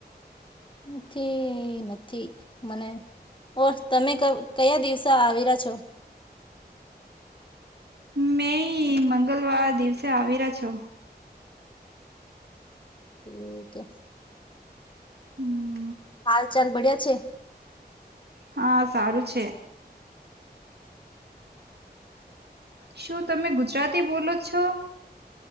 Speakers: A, on the left; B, on the right.
A: નથી નથી મને ઓર તમે ક કયા દિવસ આવેરા છો
B: મે મંગલવાર દિવસે આવી રહ્યા છો
A: હમમ ઠીક છે <unintelligible>
B: હમ.
A: હાલ ચાલ બળ્યા છે
B: હા સારું છે. શું તમે ગુજરાતી બોલો છો